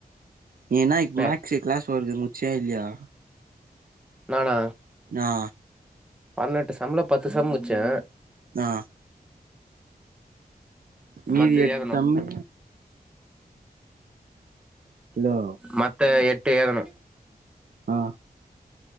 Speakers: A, on the right; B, in the centre.
A: நீ இன்னா இப்
B: ஏ
A: மேக்ஸு கிளாஸ் வொர்க்கு முட்ச்சியா இல்லையா
B: நானா
A: ஆ
B: பதினெட்டு சம்ல பத்து சம் முட்ச்சே
A: ஆ மீதி
B: மத்தது
A: எட்
B: எழுதணு
A: சம்மு ஹலோ
B: மத்த எட்டு எழ்தனு
A: ஆ